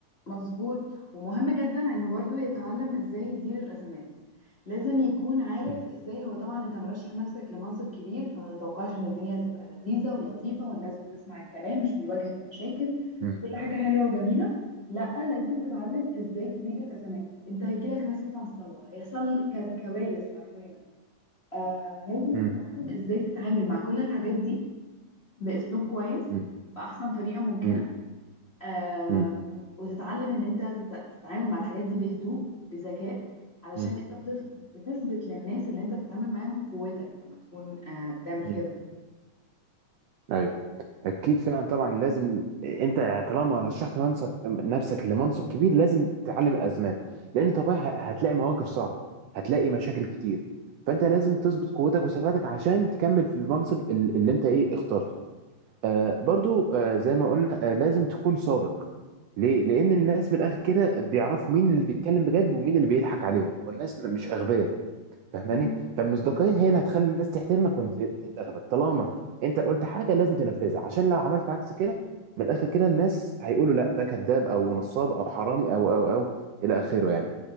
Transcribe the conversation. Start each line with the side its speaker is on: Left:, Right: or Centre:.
Left: مظبوط ومهم جدا انه برضو يتعلم ازاي يدير الازمات لازم يكون عارف
Right: مم.
Left: ازاي هو طبعا انت مرشح نفسك لمنصب كبير فما تتوقعش ان الدنيا هتبقى لذيذة ولطيفة والناس بتسمع الكلام مش بيواجهك مشاكل
Right: مم.
Left: كل حاجة حلوة وجميلة لا لازم تتعلم ازاي تدير الازمات انت هيجيلك ناس متعصبة هيحصل ك- كوارث حرفيا آم، لازم
Right: مم.
Left: تتعلم ازاي تتعامل مع كل الحاجات دي باسلوب كويس
Right: مم.
Left: باحسن طريقه ممكنه
Right: مم.
Left: آم،
Right: مم.
Left: وتتعلم ان انت تت- تتعامل مع الحاجات دي بهدوء بذكاء علشان
Right: مم.
Left: انت بتف- بتثبت للناس اللي انت بتتعامل معاهم قوتك لما تكون آه، بتعمل
Right: مم.
Left: كده
Right: ايوه اكيد فعلا طبعا لازم انت طالما رشحت منصب نفسك لمنصب كبير لازم تتعلم الازمات لان طبيعي ه- هتلاقي مواقف صعبه هتلاقي مشاكل كتير فانت لازم تظبط قوتك وثباتك عشان تكمل في المنصب ال- اللي انت ايه اخترته آه برضو آه زي ما قلنا آه لازم تكون صادق ليه؟ لأن الناس من الآخر كده بيعرفوا مين اللي بيتكلم بجد ومين اللي بيضحك عليهم والناس م- مش أغبياء فاهماني؟
Left: مم.
Right: فالمصداقية هي اللي هتخلي الناس تحترمك وانت تنتخبك طالما انت قلت حاجة لازم تنفذها عشان لو عملت عكس كده من الآخر كده الناس هيقولوا لا ده كذاب أو نصاب أو حرامي أو أو أو إلى آخره يعني